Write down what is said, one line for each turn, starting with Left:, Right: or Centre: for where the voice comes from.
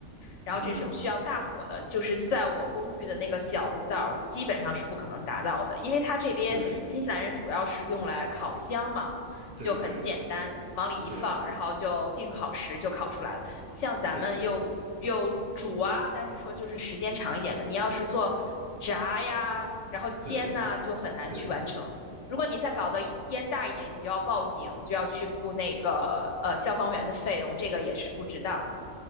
Left: 然后这种需要大火的，
Right: 嗯，
Left: 就是在我公寓的那个小炉灶，基本上是不可能达到的，因为他这边新西兰人主要是用来烤箱嘛，
Right: 对对对对
Left: 就很简单，往里一放，
Right: 对
Left: 然后就定好时就烤出来了。像咱们又又煮啊，
Right: 对
Left: 但是说就是时间长一点嘛。你要是做炸呀，然后煎呐，
Right: 对。
Left: 就很难去完成。
Right: 对
Left: 如果你再搞得烟大一点，你就要报警，就要去付那个呃消防员的费用，这个也是不值当的